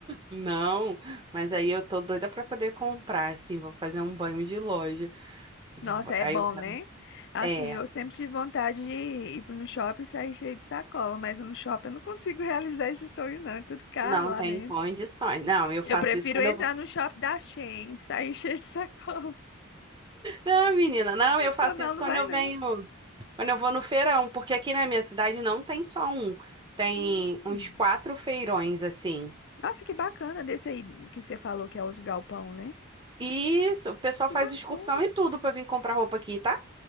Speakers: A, on the right (about 20°); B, on the left (about 55°).
A: Não, mas aí eu tô doida pra poder comprar, assim, vou fazer um banho de loja. Eu
B: Nossa,
A: vou-
B: é
A: Aí
B: bom,
A: eu quero.
B: né? Assim,
A: É,
B: eu sempre tive vontade de ir pro- no shopping e sair cheio de sacola, mas no shopping eu não consigo <laughs> realizar esse sonho, não. É tudo caro
A: não
B: lá
A: tem
B: dentro.
A: condições. Não, eu
B: Eu
A: faço
B: prefiro
A: isso quando
B: entrar
A: eu vou.
B: no shopping da Shein, sair <laughs> cheio de sacola.
A: Ah, menina,
B: <laughs>
A: não,
B: Adicional
A: eu faço isso
B: não
A: quando
B: vai,
A: eu
B: não.
A: venho, quando eu vou no feirão, porque aqui na minha cidade não tem só um, tem
B: Hum.
A: uns quatro feirões assim.
B: Nossa, que bacana desse aí que você falou que é os galpão, né?
A: E Isso, o pessoal
B: Que
A: faz
B: bacana.
A: excursão e tudo pra vir comprar roupa aqui, tá?